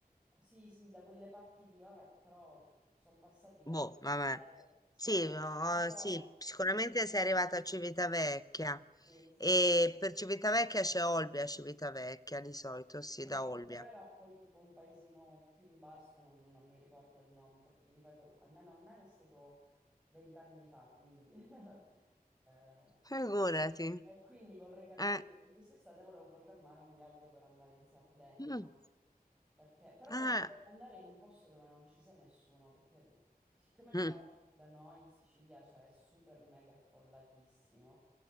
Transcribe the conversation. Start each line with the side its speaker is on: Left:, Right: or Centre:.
Centre: Sì, sì, da quelle parti lì, ora però sono passati veramente
Left: boh, vabbè.
Centre: secoli. Sta-
Left: Sì, ho-
Centre: Parlo
Left: sì, sicuramente
Centre: di vent'anni.
Left: sei arrivata a Civitavecchia.
Centre: Sì, sì,
Left: E
Centre: sono
Left: per
Centre: passati.
Left: Civitavecchia c'è Olbia, Civitavecchia di solito, sì,
Centre: Eh
Left: da
Centre: sì,
Left: Olbia.
Centre: però era poi tipo un paesino più in basso, non, non mi ricordo il nome, perché ti ripeto, almeno almeno è stato vent'anni fa, quindi... <laughs> eh,
Left: Figurati.
Centre: e quindi vorrei capire,
Left: Eh.
Centre: perché quest'estate volevo programmare un viaggio per andare in Sardegna.
Left: mm,
Centre: Perché, però
Left: ah,
Centre: vorrei andare in un posto dove non ci sia nessuno, perché siccome
Left: mm,
Centre: qua da noi in Sicilia, cioè, è super mega affollatissimo,